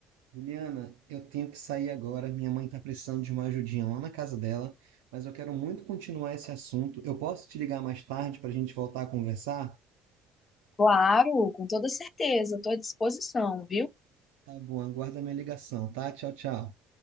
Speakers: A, on the right; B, on the left.
A: Juliana, eu tenho que sair agora. Minha mãe está precisando de uma ajudinha lá na casa dela, mas eu quero muito continuar esse assunto. Eu posso te ligar mais tarde para a gente voltar a conversar?
B: Claro, com toda certeza, estou à disposição, viu?
A: Tá bom, aguarda minha ligação, tá? Tchau, tchau.